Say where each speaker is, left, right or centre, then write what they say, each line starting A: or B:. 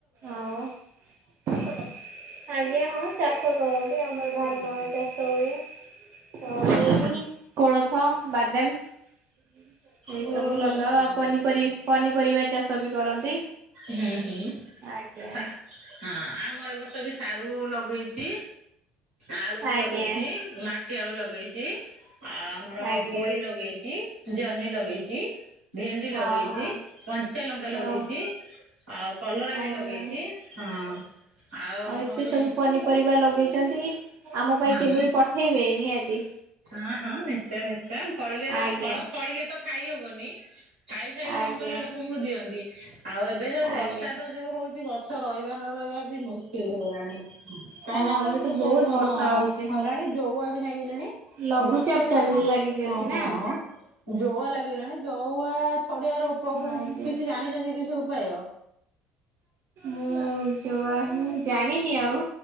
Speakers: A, on the right; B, on the right.
A: ଆଉ ଆଜ୍ଞା ହଁ ଚାଷ କରନ୍ତିଆମର ଧାନ ଚାଷ ହୁଏ। ଆଉ
B: ହୁଁ
A: ବିରି କୋଳଥ ବାଦାମ ଏଇସବୁ
B: ହୁଁ
A: ଲଗାଅ ଆପ ପନିପରି ପନିପରିବା ଚାଷ ବି କରନ୍ତି।
B: ହୁଁ ହୁଁ
A: ଆଜ୍ଞା
B: ସା ହଁ ଆମର ଏ ବର୍ଷ ଏବେସାରୁ ଲଗେଇଚି ଆଳୁ ବି
A: ଆଜ୍ଞା
B: ଲଗେଇଚି ମା ମାଟି ଆଳୁ ଲଗେଇଚି ଆ ଆମର
A: ଆଜ୍ଞା
B: ପୋଇ ଲଗେଇଚି ଜହ୍ନି ଲଗେଇଚି। ଭେଣ୍ଡି
A: ହଉ
B: ଲଗେଇଚି କଞ୍ଚା ଲଙ୍କା ଲଗେଇଚି।
A: ଆଉ
B: ଆଉ କଲରା ବି
A: ଆଜ୍ଞା
B: ଲଗେଇଚି ହ ଆଉ
A: ଏତେ
B: ହଉ
A: ସବୁ ପନିପରିବା ଲଗେଇଚନ୍ତି ଆମ ପାଇଁ
B: ହୁଁ।
A: କେବେ ପଠେଇବେ ନିହାତି।
B: ହଁ ହଁ ନିଶ୍ଚୟ ନିଶ୍ଚୟ ଫଳିଲେ
A: ଆଜ୍ଞା
B: ଫଳ ଫଳିଲେ ତ ଖାଇ ହବନି ଖାଇ ଖାଇକି
A: ଆଜ୍ଞା।
B: କଣ କଇଲେ ଲୋକଙ୍କୁ ଦିଅନ୍ତି ଆଉ ଏବେ ଯୋଉ
A: ଆଜ୍ଞା
B: ବର୍ଷା ତ ଯୋଉ ହଉଚି ଗଛ ରହିବା ନ ରହିବା ବି ମୁସୁ କିଲ୍ ହେଇଗଲାଣି କାହିଁକିନା
A: ହଁ ଏବେ
B: ଗଛ
A: ତ ବହୁତ
B: ସବୁ
A: ବର୍ଷା
B: ହଁ
A: ହଉଛି।
B: ହେଲାଣି ଜଉଆ ବି ନାଗିଲାଣି।
A: ଲଘୁଚାପ
B: ଗଛର
A: ଚାଲି
B: ହ
A: ଲାଗିଛି ଅଛି
B: ହଁ
A: ନା
B: ହଁ ଜଉଆ ଲାଗି ଗଲାଣି ଜଉଆ ଛଡେଇବାର ଉପ
A: ଆଜ୍ଞା।
B: କିଛି ଜାଣିଛନ୍ତି କିଛି ଉପାୟ?
A: ମୁଁ ଯୁଆ ହିଁ ଜାଣିନି ଆଉ।